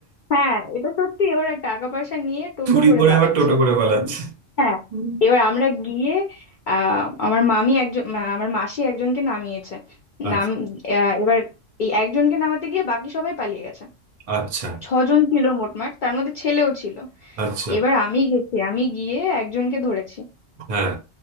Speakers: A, on the left; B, on the right.
A: হ্যাঁ এটা সত্যি ওরা টাকা পয়সা নিয়ে টোটো
B: চুরি
A: করে
B: করে
A: পালাচ্ছে
B: আবার টোটো করে পালাচ্ছে
A: হ্যাঁ
B: হুম।
A: এবার আমরা গিয়ে আহ, আমার মামি একজন মা- আমার মাসি একজনকে নামিয়েছে
B: আচ্ছা
A: নাম আহ, এবার এই একজনকে নামাতে গিয়ে বাকি সবাই পালিয়ে গেছে
B: আচ্ছা
A: ছজন ছিল মোটমাট তার মধ্যে ছেলেও ছিল
B: আচ্ছা
A: এবার আমি গেছি আমি গিয়ে একজনকে ধরেছি
B: হ্যাঁ